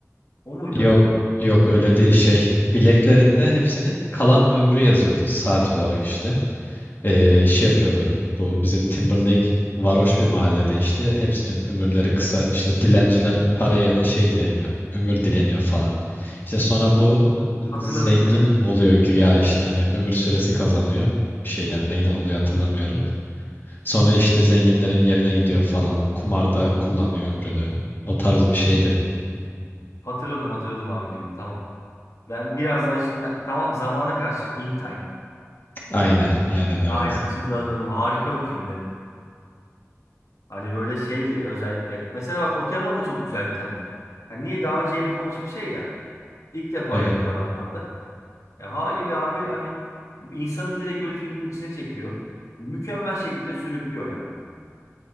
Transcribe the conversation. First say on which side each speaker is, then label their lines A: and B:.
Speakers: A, on the left; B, on the left.
A: O muydu
B: Yok
A: acaba?
B: yok öyle değil şey. Bileklerinde hepsinin kalan ömrü yazıyordu saat olarak işte. Ee, şey yapıyordu. Bu bizim Timberlake varoş bir mahallede işte hepsinin ömürleri kısa işte dilenciler para yerine şey dileniyor. Ömür dileniyor falan. İşte sonra bu e,
A: Hatırladım
B: zengin
A: ya.
B: oluyor güya işte hani ömür süresi kazanıyor. Bir şeyden neyden oluyor hatırlamıyorum. Sonra işte zenginlerin yerine gidiyor falan. Kumarda kullanıyor ömrünü. O tarz bir şeydi.
A: Hatırladım hatırladım abi filmi tamam. Ben birazdan şimdi ben, tamam zamana karşı In Time.
B: Aynen, aynen evet.
A: Aynen şimdi hatırladım. Harika bir filmdi. Hani böyle şeydi özellikle. Mesela bak o tema da çok güzel bir tema. Yani niye daha önce yapılmamış bir şey ya. İlk defa
B: Evet,
A: yapıyor adamlar da. E, haliyle abi hani insanı direkt böyle filmin içine çekiyor. Mükemmel şekilde sürüklüyor ya.